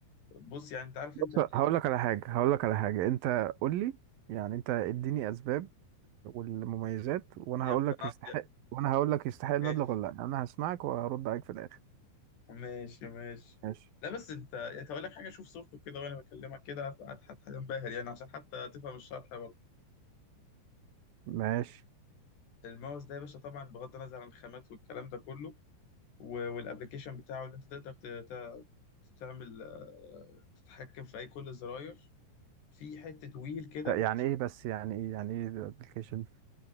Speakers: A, on the left (about 60°); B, on the right (about 65°).
A: بص يعني انت عارف
B: بص
A: انت ال-
B: هقول
A: الوي
B: لك على حاجة هقول لك على حاجة انت قول لي يعني انت اديني اسباب والمميزات
A: آه،
B: وانا
A: يا
B: هقول
A: اقتنعت
B: لك يستحق
A: يا
B: وانا هقول لك يستحق المبلغ
A: ماشي
B: ولا لا انا هسمعك وهرد عليك في الاخر
A: ماشي ماشي
B: ماشي
A: لا بس انت يعني اقول لك حاجه شوف صورته كده وانا بكلمك كده هت- هت- هتنبهر يعني عشان حتى تفهم الشرح برضه
B: ماشي
A: الماوس ده يا باشا طبعا بغض النظر عن الخامات والكلام ده كله والابلكيشن بتاعه اللي انت تقدر ت- ت- تعمل آه، تتحكم في اي كل الزراير في حتة ويل كده
B: ف- يعني ايه بس يعني ايه يعني ايه الابلكيشن